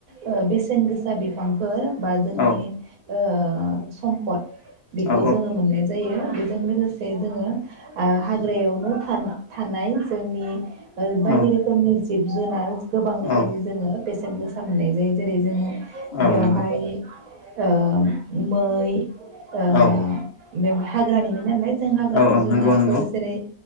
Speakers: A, on the right (about 75°); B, on the left (about 65°).
A: ओ बेसेन गोसा बिफांफोर बा जोंनि
B: औ
A: ओ सम्पद बेखौ
B: औ
A: जोंङो मोननाय जायो। बेजों लोगोसे जोंङो ओ हाग्रायाव नो थाना थानाय जोंनि बायदि
B: औ
A: रोखोमनि जिब जुनार गोबां रोखोमनि
B: औ
A: जोंङो बेसेन गोसा मोननाय जायो जेरै जोंङो
B: औ
A: बेवहाय
B: नंगौ
A: ओ मै ओ
B: औ
A: बेयाव हाग्रानिनो नालाय जों हाग्रानि
B: औ औ
A: जुनारफोर
B: नंगौ नंगौ
A: जेरै